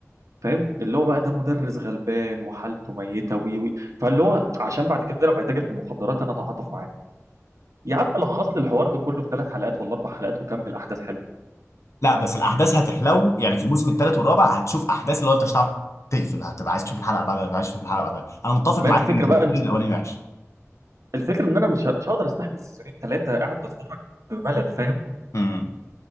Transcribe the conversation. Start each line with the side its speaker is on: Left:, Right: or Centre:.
Right: فاهم اللي هو بقى ده مدرس غلبان وحالته ميته وي وي فاللي هو عشان بعد كده لما يتاجر في المخدرات انا اتعاطف معاه يا عم لخص لي الحوار ده كله في ثلاث حلقات ولا اربع حلقات وكمل احداث حلوه
Left: لا بس الاحداث هتحلو يعني في الموسم التالت والرابع هتشوف احداث اللي هو انت مش هتعرف تقفل هتبقى عايز تشوف الحلقه اللي بعدها هتبقى عايز تشوف الحلقه اللي بعدها انا متفق
Right: ما
Left: معاك
Right: هي الفكره
Left: ان السيزون
Right: بقى
Left: الاولاني وحش
Right: الفكره ان انا مش مش هقدر استحمل سيزونين ثلاثه قاعد بتفرج بملل فاهم
Left: امم